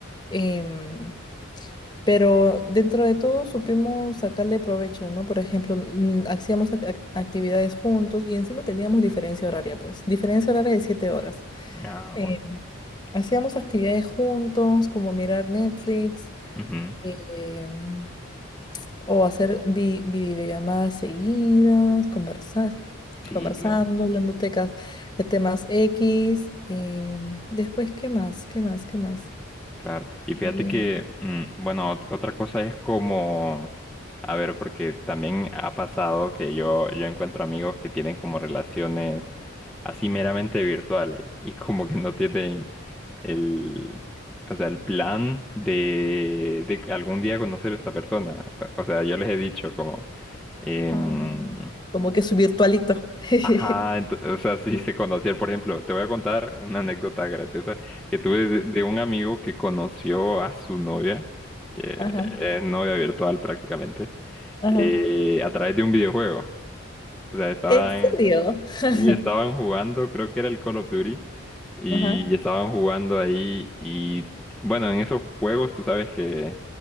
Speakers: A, on the left (about 20°); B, in the centre.
A: em, pero dentro de todo supimos sacarle provecho, ¿no? Por ejemplo, mm, hacíamos ac- ac- actividades juntos y encima teníamos diferencia horaria, pues, diferencia horaria de siete horas.
B: Ah,
A: Eh,
B: bueno.
A: hacíamos actividades juntos, como mirar Netflix.
B: Ujú,
A: em, O hacer vi- videollamadas seguidas, conversar,
B: Sí,
A: conversando,
B: claro,
A: hablando tecas de temas X. eh, después, ¿qué más? ¿Qué más? ¿Qué más?
B: claro. Y
A: Eh,
B: fíjate que, mm, bueno, ot- otra cosa es como, a ver, porque también ha pasado que yo, yo encuentro amigos que tienen como relaciones así meramente virtuales y como que no tienen el, o sea, el plan de, de que algún día conocer a esta persona. O sea, yo les he dicho como, em,
A: ah, como que su virtualito. <laughs>
B: ajá, ento- o sea, <laughs> si
A: Sí.
B: se conocían, por ejemplo, te voy a contar una anécdota graciosa que tuve de, de un amigo que conoció a su novia, que
A: Ajá,
B: es novia virtual prácticamente,
A: ajá.
B: eh, a través de un videojuego. O sea, estaban
A: ¿En serio? <laughs>
B: Y estaban jugando, creo que era el Call of Duty, y
A: Ajá,
B: estaban jugando ahí y bueno, en esos juegos tú sabes que,